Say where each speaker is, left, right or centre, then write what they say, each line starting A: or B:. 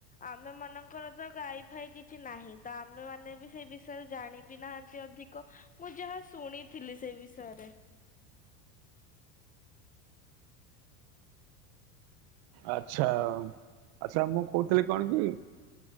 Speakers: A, on the left (about 15°); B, on the right (about 55°).
A: ଆମେ ମାନଙ୍କର ତ ଗାଈ ଫାଇ କିଛି ନାହିଁ ତ ଆମେ ମାନେ ବି ସେଇ ବିଷୟରେ ଜାଣ ବିି ନାହାନ୍ତି ଅଧିକ। ମୁଁ ଯାହା ଶୁଣି- ଥିଲି ସେଇ ବିଷୟରେ।
B: ଆଚ୍ଛା ଆଚ୍ଛା ମୁଁ କହୁଥିଲି କଣ କି